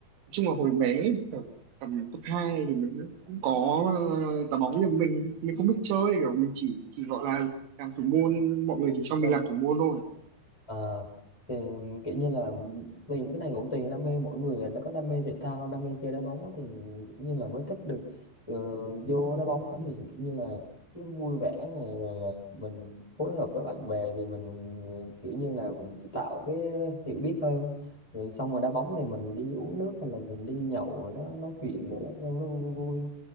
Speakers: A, on the right (about 85°); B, in the centre.
A: chung là hồi bé ở tầm cấp 2 thì mình cũng có ờ, đá bóng nhưng mà mình mình không biết chơi kiểu mình chỉ chỉ gọi là làm thủ môn mọi người chỉ cho mình
B: Rồi
A: làm thủ môn thôi
B: À, thì kiểu như là vì cái này cũng tùy đam mê mỗi người đã có đam mê thể thao đam mê chơi đá bóng á thì kiểu như là mới thích được ờ, vô đá bóng á thì kiểu như là cái vui vẻ này rồi là mình phối hợp với bạn bè thì mình kiểu như là mình tạo cái hiểu biết hơn rồi xong rồi đá bóng thì mình đi uống nước hay là mình đi nhậu rồi đó nói chuyện rồi đó cho nó vui vui